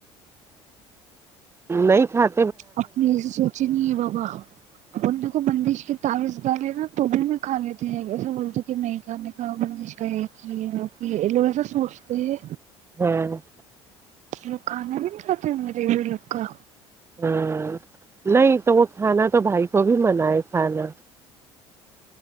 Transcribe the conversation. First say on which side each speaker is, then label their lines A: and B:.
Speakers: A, on the right; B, on the right.
A: نہیں کھاتا
B: اپ نے ایسے سوچے نہیں ہے بابا ان کو بندش کے تعوز ڈالے نا تو بھی میں کھا لیتی ایسے بولتے کہ نہیں کھانے <unintelligible> ہ گگش کا یہ کہو لوگ ایسا سوچتے ہیں
A: ہوں <unintelligible>
B: لوگ کھانا بھی نہیں جاتے غریبی لوگ کا
A: ہ نہیں تو وہ کھانا تو بھائی کو بھی من ہے کھانا